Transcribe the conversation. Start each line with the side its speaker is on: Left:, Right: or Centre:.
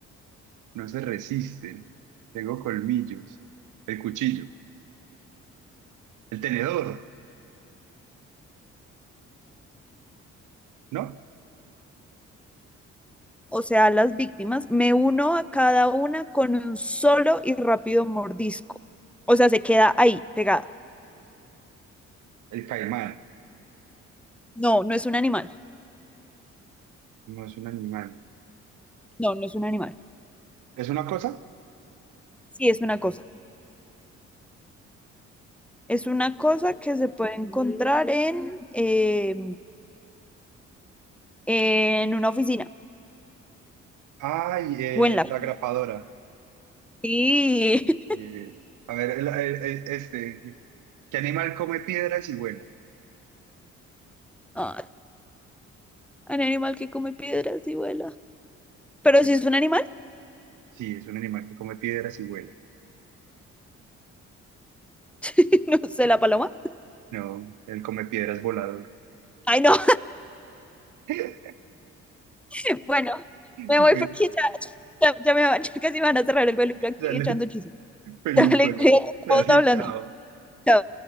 Right: No se resisten. Tengo colmillos. El cuchillo. El tenedor. ¿No?
Centre: o sea, las víctimas, me uno a cada una con un solo y rápido mordisco. O sea, se queda ahí, pegada.
Right: El caimán.
Centre: No, no es un animal.
Right: No es un animal.
Centre: No, no es un animal.
Right: ¿Es una cosa?
Centre: Sí, es una cosa. Es una cosa que se puede encontrar en, eh, en una oficina
Right: Ay, eh,
Centre: o en la...
Right: la grapadora.
Centre: Sí. <laughs>
Right: Eh, a ver, el- el- el- este, ¿qué animal come piedras y vuela?
Centre: Ah, un animal que come piedras y vuela. Pero
Right: Sí,
Centre: si es un animal,
Right: sí, es un animal que come piedras y vuela.
Centre: <laughs> no sé,
Right: <laughs>
Centre: la paloma.
Right: No, él come piedras volador.
Centre: Ay, no.
Right: <laughs>
Centre: <laughs> Bueno, me
Right: Bueno,
Centre: voy porque ya, ya, ya me van- <laughs> ya casi me van a cerrar el peluche aquí
Right: dale,
Centre: echando chisme. <laughs>
Right: feliz,
Centre: Dale,
Right: bueno,
Centre: cuídate, estamos
Right: dale,
Centre: hablando.
Right: chao.
Centre: Chao.